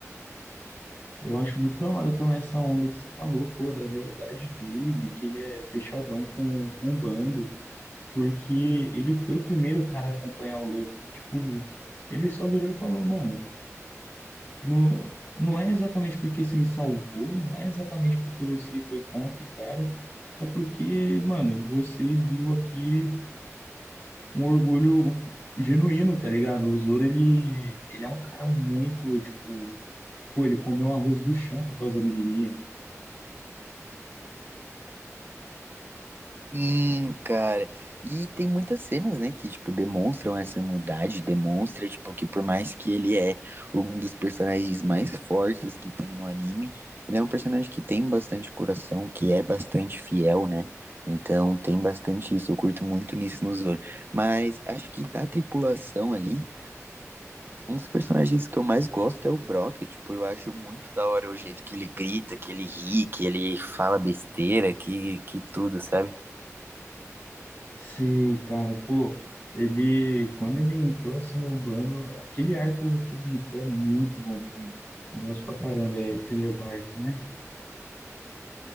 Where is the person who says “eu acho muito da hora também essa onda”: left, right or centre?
Left